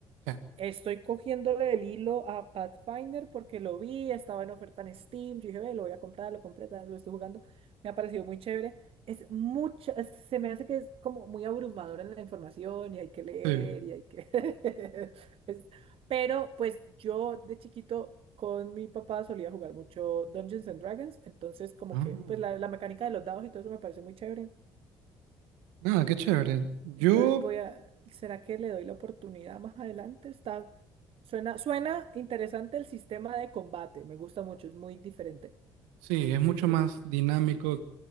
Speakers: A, on the right; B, on the right.
A: ya,
B: Estoy cogiéndole el hilo a Pathfinder porque lo vi, estaba en oferta en Steam. Yo dije, ve, lo voy a comprar, lo compré, tal, lo estoy jugando. Me ha parecido muy chévere. Es mucho, es- se me hace que es como muy abrumadora la información y hay que leer
A: sí.
B: y hay que. <laughs> es- Pero pues yo de chiquito con mi papá solía jugar mucho Dungeons and Dragons, entonces como
A: Ah,
B: que pues la, la mecánica de los dados y todo eso me parece muy chévere.
A: nada, qué chévere. Yo
B: Entonces voy a, ¿será que le doy la oportunidad más adelante? Está, suena, suena interesante el sistema de combate, me gusta mucho, es muy diferente,
A: Sí,
B: un poquito
A: es mucho
B: diferente,
A: más
B: sí.
A: dinámico